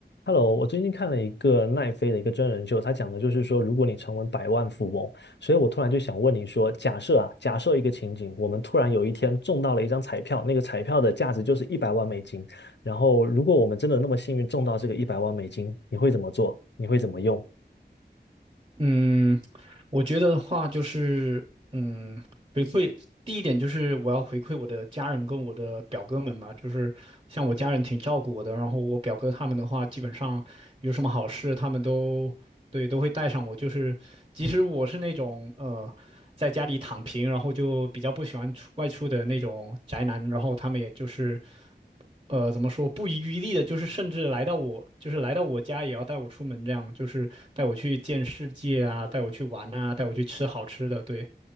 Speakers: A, on the left; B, on the right.
A: Hello，我最近看了一个奈飞的一个真人秀，他讲的就是说，如果你成为百万富翁，所以我突然就想问你说，假设啊，假设一个情景，我们突然有一天中到了一张彩票，那个彩票的价值就是一百万美金，然后如果我们真的那么幸运中到这个一百万美金，你会怎么做？你会怎么用？
B: 嗯，我觉得的话就是，嗯，回馈第一点就是我要回馈我的家人跟我的表哥们嘛，就是像我家人挺照顾我的，然后我表哥他们的话，基本上有什么好事他们都对都会带上我，就是即使我是那种呃在家里躺平，然后就比较不喜欢出外出的那种宅男，然后他们也就是呃，怎么说不遗余力的，就是甚至来到我，就是来到我家也要带我出门，这样就是带我去见世界啊，带我去玩啊，带我去吃好吃的，对。